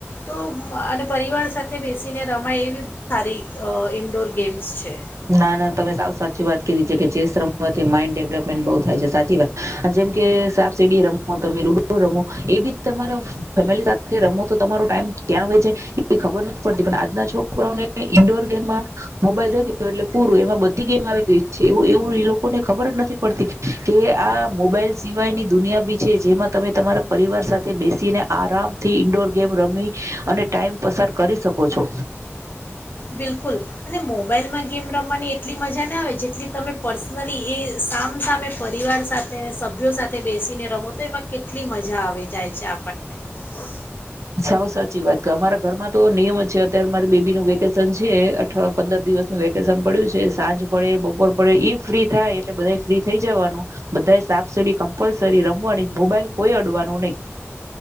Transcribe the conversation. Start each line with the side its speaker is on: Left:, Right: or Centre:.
Left: તો અને પરિવાર સાથે બેસીને રમાય એવી સારી અ ઇન્ડોર ગેમ્સ છે.
Right: ના ના તમે સાવ સાચી વાત કીધી છે. કે ચેસ રમવાથી માઇન્ડ ડેવલપમેન્ટ બઉુ થાય છે. સાચી વાત જેમ કે સાપ સેડી રમો તમે લુડો રમો એ બી તમારા ફેમિલી સાથે રમો તો તમારો ટાઈમ ક્યાં વય જાય એ ખબર નથી પડતી પણ આજના છોકરાઓને ઈન્ડોર ગેમમાં મોબાઈલ દયો એટલે પૂરું એમાં બધી ગેમ આવી ગઈ છે. એવું એવું એ લોકોને ખબર જ નથી પડતી કે આ મોબાઈલ સિવાયની દુનિયા ભી છે. જેમાં તમે તમારા પરિવાર સાથે બેસીને આરામથી ઈન્ડોર ગેમ રમી અને ટાઈમ પસાર કરી શકો છો.
Left: બિલકુલ અને મોબાઈલમાં ગેમ રમવાની એટલી મજા ના આવે જેટલી તમે પર્સનલી એ સામસામે પરિવાર સાથે સભ્યો સાથે બેસીને રમો તો એમાં કેટલી મજા આવી જાય છે આપણને
Right: સાવ સાચી વાત અમારા ઘરમાં તો નિયમ જ છે અત્યારે મારી બેબી નું વેકેશન છે અઠવા પંદર દિવસનું વેકેશન પડ્યું છે સાંજ પડે બપોર પડે ઈ ફ્રી થાય એટલે બધા ફ્રી થઈ જવાનું બધા સાફ સીડી કમ્પલસરી રમવાની મોબાઈલ કોઈ અડવાનું નહી.